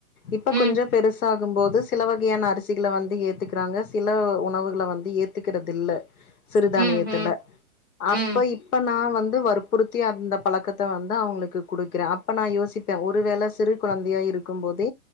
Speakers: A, on the left (about 90°); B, on the right (about 15°).
A: இப்ப
B: ம்
A: கொஞ்சோ பெருசாகும் போது சில வகையான அரிசிகள வந்து ஏத்துக்கிறாங்க சில உணவுகள வந்து ஏத்து கிறது இல்ல சிறுதானியத்துல
B: ம், ம், ம்,
A: அப்ப இப்ப நா வந்து வற்புறுத்தி அந்த பழக்கத்த வந்து அவுங்களுக்கு குடுக்குற அப்ப நா யோசிப்ப ஒருவேள சிறு கொழந்தையா இருக்கு போது